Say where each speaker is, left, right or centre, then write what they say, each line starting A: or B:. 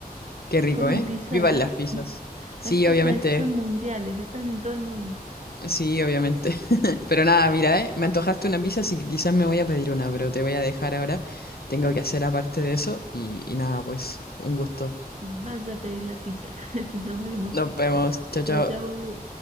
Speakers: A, on the left; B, on the right.
A: Qué rico,
B: ¿Comen
A: ¿eh?
B: pizza
A: Vivan
B: allá?
A: las pizzas. Sí,
B: Las pizzas
A: obviamente.
B: son mundiales, están en todo el mundo.
A: Sí, obviamente. <laughs> Pero nada, mira, ¿eh? Me antojaste una pizza, así que quizás me voy a pedir una, pero te voy a dejar ahora. Tengo que hacer aparte de eso y, y nada, pues un gusto.
B: Vaya a pedir la pizza. <laughs> Nos vemos.
A: Nos vemos. Chao, chao.
B: Chau, chau.